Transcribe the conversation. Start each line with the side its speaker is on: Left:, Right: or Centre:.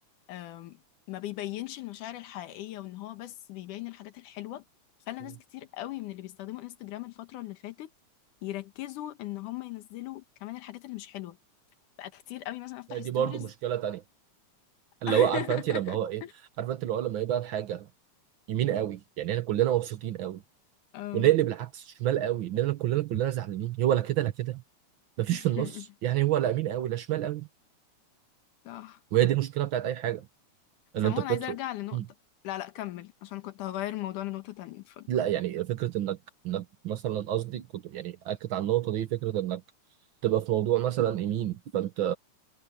Left: آم، ما بيبينش المشاعر الحقيقية وان هو بس بيبين الحاجات الحلوة خلى
Right: م.
Left: ناس كتير قوي من اللي بيستخدموا انستجرام الفترة اللي فاتت يركزوا ان هم ينزلوا كمان الحاجات اللي مش حلوة بقى كتير قوي مثلا افتح
Right: دي
Left: ستوريز
Right: برضو مشكله تانية اللي
Left: <laughs>
Right: هو عارفه انت لما هو ايه عارفه انت اللي هو لما يبقى الحاجه يمين قوي يعني احنا كلنا مبسوطين قوي
Left: آم،
Right: ونقلب العكس شمال قوي اننا كلنا كلنا زعلانين هو لا كده لا كده مفيش
Left: <laughs>
Right: في النص يعني هو لا يمين قوي لا شمال قوي
Left: صح
Right: وهي دي المشكله بتاعت اي حاجه ان
Left: سموه
Right: انت بتدخل
Left: انا عايزة ارجع لنقطة
Right: مم.
Left: لا لا كمل عشان كنت هغير الموضوع لنقطة تانية اتفضل
Right: لا يعني فكره انك انك مثلا قصدي كنت يعني اكد على النقطه دي فكره انك تبقى في موضوع مثلا يمين فانت